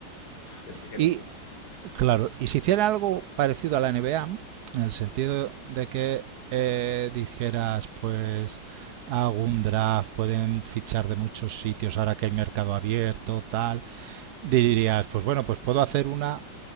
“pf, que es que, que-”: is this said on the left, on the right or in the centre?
Left